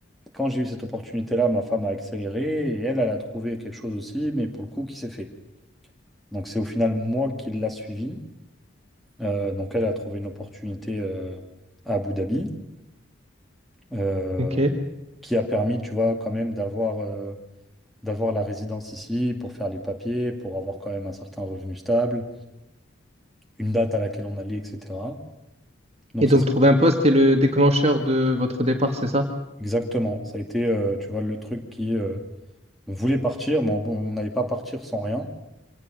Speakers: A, in the centre; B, on the right (about 30°).
A: Quand j'ai eu cette opportunité-là, ma femme a accéléré et elle, elle a trouvé quelque chose aussi, mais pour le coup, qui s'est fait. Donc c'est au final moi qui l'a suivi. Euh, donc elle a trouvé une opportunité euh, à Abu Dhabi euh,
B: Ok.
A: qui a permis, tu vois, quand même d'avoir euh, d'avoir la résidence ici pour faire les papiers, pour avoir quand même un certain revenu stable. une date à laquelle on allait, etc. Donc
B: Et donc
A: ça, c'est-
B: trouver un poste est le déclencheur de votre départ, c'est ça?
A: exactement, ça a été, euh, tu vois, le truc qui euh, on voulait partir, mais on on n'allait pas partir sans rien.